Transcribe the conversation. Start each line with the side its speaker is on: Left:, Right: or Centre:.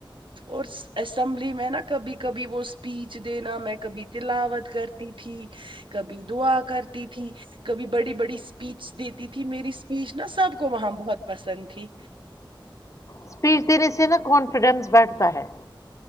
Right: اور اسمبلی میں نا کبھی کبھی وہ پیچ دینا میں کبھی تلاوت کرتی تھی کبھی دعا کرتی تھی کبھی بڑی بڑی اسپیچ دیتی تھی میری اسپیچ نا سب کو وہاں بہت پسند تھی
Left: اسپیچ دینے سے نا کانفیڈینس بیٹھتا ہے